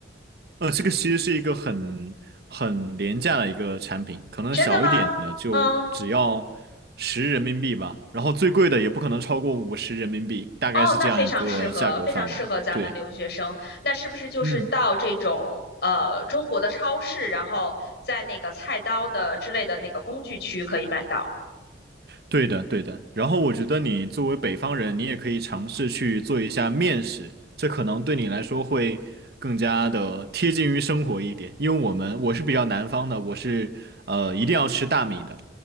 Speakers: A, on the right; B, on the left.
A: 呃，这个其实是一个很很廉价的一个产品，可能小一点的就只要十人民币吧，
B: 真的吗？嗯，
A: 然后最贵的也不可能超过五十人民币，大概是这样一个价格范围。
B: 哦，那非常适合，非常适合咱们留学生。
A: 对，
B: 那是不是就是到这种呃中国的超市，
A: 嗯。
B: 然后在那个菜刀的之类的那个工具区可以买到？
A: 对的，对的。然后我觉得你作为北方人，你也可以尝试去做一下面食，这可能对你来说会更加的贴近于生活一点。因为我们我是比较南方的，我是呃一定要吃大米的。